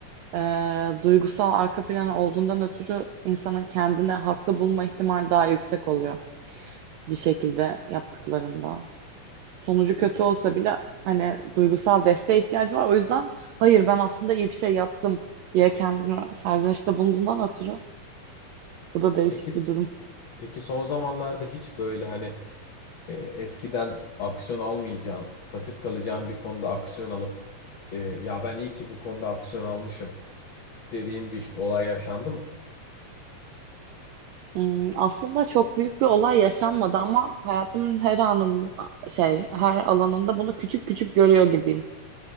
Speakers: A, on the right; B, on the left.
A: e, duygusal arka planı olduğundan ötürü insanın kendini haklı bulma ihtimali daha yüksek oluyor. bir şekilde yaptıklarında. Sonucu kötü
B: Pe-
A: olsa bile hani duygusal desteğe ihtiyacı var. O yüzden hayır ben aslında iyi bir şey yaptım diye kendine serzenişte bulunduğundan ötürü bu da değişik
B: Peki
A: bir durum.
B: peki son zamanlarda hiç böyle hani e, eskiden aksiyon almayacağın, pasif kalacağın bir konuda aksiyon alıp e, ya ben iyi ki bu konuda aksiyon almışım dediğin bir olay yaşandı mı?
A: Hmm, aslında çok büyük bir olay yaşanmadı ama hayatımın her anında şey her alanında bunu küçük küçük görüyor gibiyim.